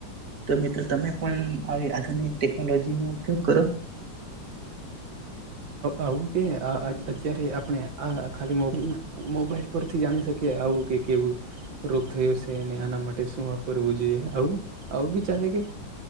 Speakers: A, on the right; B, on the right.
A: તો મિત્રો તમે પણ તમે ટેકનોલોજી નો ઉપયોગ કરો
B: આવું કે અત્યારે આપણે આ ખાલી મોબલ મોબાઈલ પરથી જાણી શકીએ આવું કે કેવું રોગ થયો છે અને આના માટે શું વાપરવું જોઈએ આવું આવું બી ચાલે કે